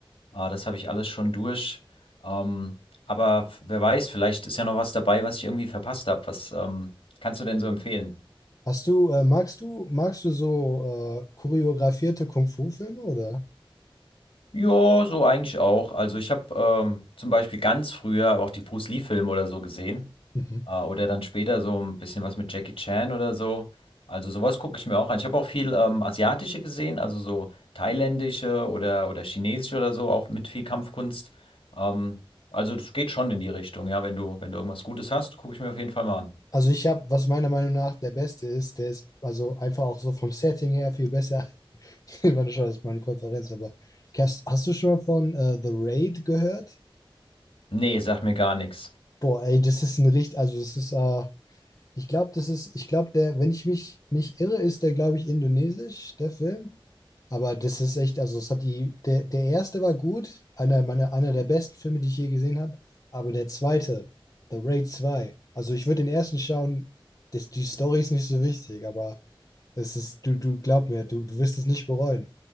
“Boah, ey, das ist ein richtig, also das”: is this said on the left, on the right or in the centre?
Left